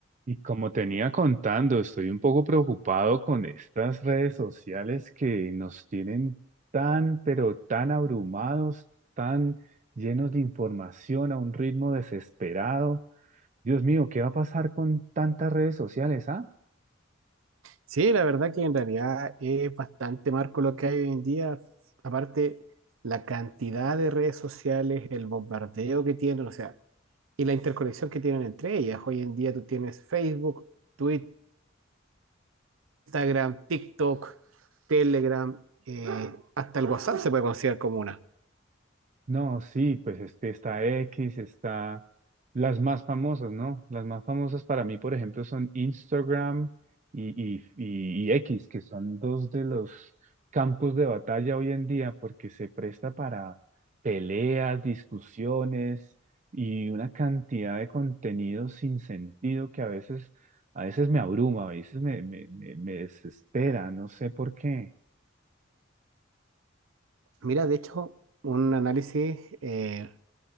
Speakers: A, on the right; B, on the right.
A: Y como tenía contando, estoy un poco preocupado con estas redes sociales que nos tienen tan, pero tan abrumados, tan llenos de información a un ritmo desesperado. Dios mío, ¿qué va a pasar con tantas redes sociales, ah?
B: Sí, la verdad que en realidad es bastante marco lo que hay hoy en día. Aparte, la cantidad de redes sociales, el bombardeo que tienen, o sea, y la interconexión que tienen entre ellas. Hoy en día tú tienes Facebook, Twitter, Instagram, TikTok, Telegram, eh, hasta el WhatsApp se puede considerar como una.
A: No, sí, pues este está X, está las más famosas, ¿no? Las más famosas para mí, por ejemplo, son Instagram y, y, y, y X, que son dos de los campos de batalla hoy en día, porque se presta para peleas, discusiones y una cantidad de contenido sin sentido que a veces, a veces me abruma, a veces me, me, me, me desespera, no sé por qué.
B: Mira, de hecho, un análisis eh,